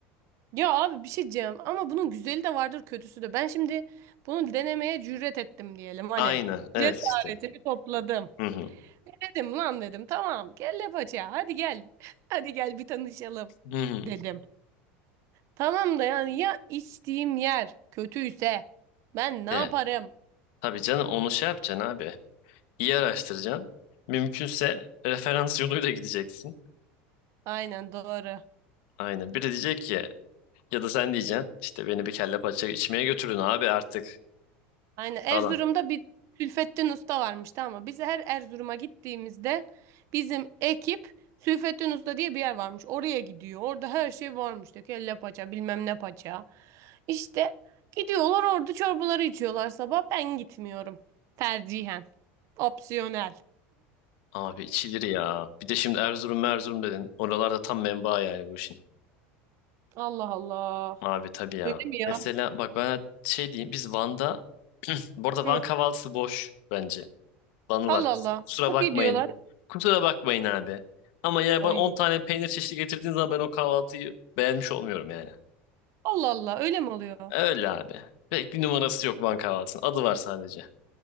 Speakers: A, on the right; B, on the left.
A: Ya abi bir şey diyeceğim ama bunun güzeli de vardır kötüsü de. Ben şimdi bunu denemeye cüret ettim diyelim hani.
B: Aynen evet
A: Cesaretimi
B: işte.
A: topladım.
B: Hı hı.
A: Dedim lan dedim tamam kelle paça hadi gel. <laughs> Hadi gel bir tanışalım
B: Hı hı.
A: dedim. Tamam da yani ya içtiğim yer kötüyse ben ne
B: De,
A: yaparım?
B: tabii canım onu şey yapacaksın abi. İyi araştıracaksın. Mümkünse referans <laughs> yoluyla gideceksin.
A: Aynen doğru.
B: Aynen. Biri diyecek ki ya da sen diyeceksin işte beni bir kelle paça içmeye götürün abi artık
A: Aynen Erzurum'da
B: falan.
A: bir Sülfettin Usta varmış tamam mı? Biz her Erzurum'a gittiğimizde bizim ekip Sülfettin Usta diye bir yer varmış. Oraya gidiyor. Orada her şey varmış. İşte kelle paça bilmem ne paça. İşte gidiyorlar orada çorbaları içiyorlar sabah. Ben gitmiyorum. Tercihen. Opsiyonel.
B: Abi içilir ya. Bir de şimdi Erzurum Erzurum dedin. Oralarda tam menba yani bu işin.
A: Allah Allah.
B: Abi tabii ya.
A: Öyle mi ya?
B: Mesela bak ben şey diyeyim biz Van'da bu arada
A: Hı.
B: Van kahvaltısı boş bence. Banılar.
A: Allah Allah.
B: Kusura
A: Bu
B: bakmayın.
A: gidiyorlar.
B: Kusura bakmayın abi. Ama yani
A: Ay.
B: bana 10 tane peynir çeşidi getirdiğin zaman ben o kahvaltıyı beğenmiş olmuyorum yani.
A: Allah Allah. Öyle mi oluyor?
B: Öyle abi. Pek bir numarası yok Van kahvaltısının. Adı var sadece.